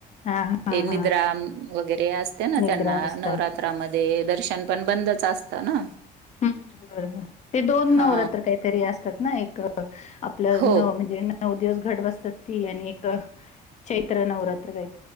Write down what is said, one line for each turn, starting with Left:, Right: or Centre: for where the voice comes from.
Left: हा हा
Right: ते निद्रा
Left: हा
Right: वगैरे असते ना
Left: निद्रावस्था
Right: त्यांना नवरात्रामध्ये दर्शन पण बंदच असतं ना
Left: हम् बरोबर ते दोन
Right: हा
Left: नवरात्र काहीतरी असतात ना एक आपलं
Right: हो
Left: नव म्हणजे नऊ दिवस घट बसतात ती आणि एक चैत्र नवरात्र ग